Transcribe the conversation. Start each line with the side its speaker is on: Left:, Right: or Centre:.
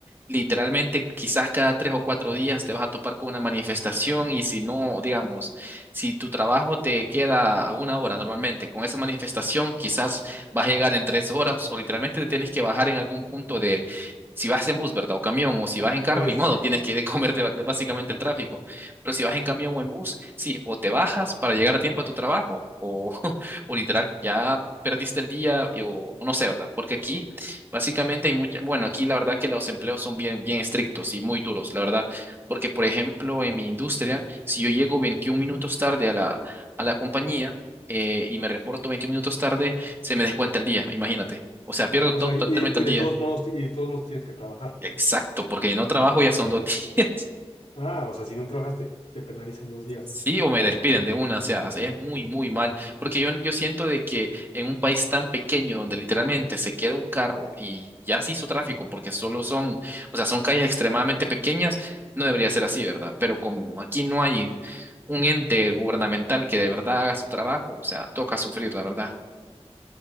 Right: Literalmente, quizás cada tres o cuatro días te vas a topar con una manifestación y si no, digamos, si tu trabajo te queda a una hora normalmente, con esa manifestación quizás vas a llegar en tres horas o literalmente te tienes que bajar en algún punto de, si vas en bus, ¿verdad? O camión, o si vas en carro,
Left: Sí,
Right: ni
Left: sí,
Right: modo,
Left: sí.
Right: tienes que comerte ba- básicamente el tráfico. Pero si vas en camión o en bus, sí, o te bajas para llegar a tiempo a tu trabajo o, <laughs> o literal, ya perdiste el día y- o, o no sé, ¿verdad? Porque aquí... Básicamente hay mucha, bueno, aquí la verdad que los empleos son bien, bien estrictos y muy duros, la verdad, porque por ejemplo en mi industria, si yo llego 21 minutos tarde a la, a la compañía eh, y me reporto 21 minutos tarde, se me descuenta el día, imagínate. O sea, pierdo
Left: O
Right: to-
Left: sea,
Right: totalmente
Left: y, y
Right: el
Left: de
Right: día.
Left: todos modos, y de todos modos tienes que trabajar.
Right: Exacto, porque no trabajo ya son dos <laughs> días.
Left: Ah, o sea, si no trabajas te, te penalizan dos días.
Right: Sí, o me despiden de una, o sea, es muy, muy mal, porque yo, yo siento de que en un país tan pequeño donde literalmente se queda un carro y ya se hizo tráfico porque solo son, o sea, son calles extremadamente pequeñas, no debería ser así, ¿verdad? Pero como aquí no hay un ente gubernamental que de verdad haga su trabajo, o sea, toca sufrir, la verdad.